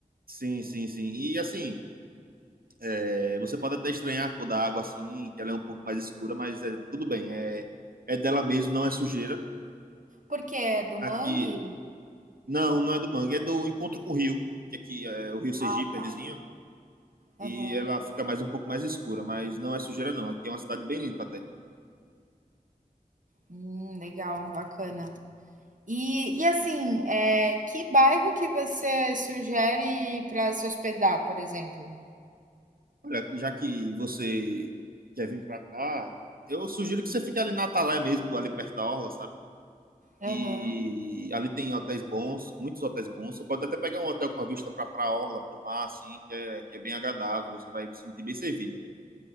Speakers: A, on the right; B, on the right.
A: Sim, sim, sim. E assim, é, você pode até estranhar a cor da água, assim, que ela é um pouco mais escura, mas é tudo bem. É, é dela mesmo, não é sujeira.
B: Porque é do
A: Aqui.
B: mangue?
A: Não, não é do mangue, é do encontro com o rio. Que aqui é o Rio Sergipe,
B: Ah, tá.
A: é vizinho. e
B: Aham.
A: ela fica mais um pouco mais escura, mas não é sujeira não. Aqui é uma cidade bem limpa até.
B: Hum, legal, bacana. E, e assim, é, que bairro que você sugere para se hospedar, por exemplo?
A: Olha, já que você quer vir pra cá, eu sugiro que você fique ali na Atalé mesmo, ali perto da orla, sabe?
B: Aham.
A: E ali tem hotéis bons, muitos hotéis bons. Você pode até pegar um hotel com a vista para pra orla, para o mar, assim, que é, que é bem agradável. Você vai se sentir bem servida.